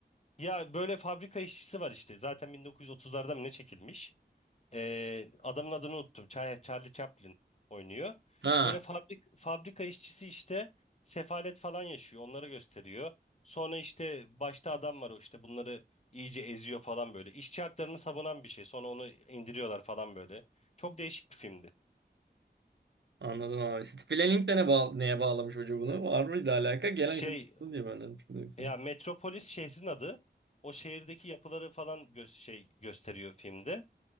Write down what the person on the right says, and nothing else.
Ha
anladım abi. City Planning de ne bağ- neye bağlamış hoca bunu? Var mıydı alaka? Gelen
kötü olsun diye ben dedim. Şimdi yoksa.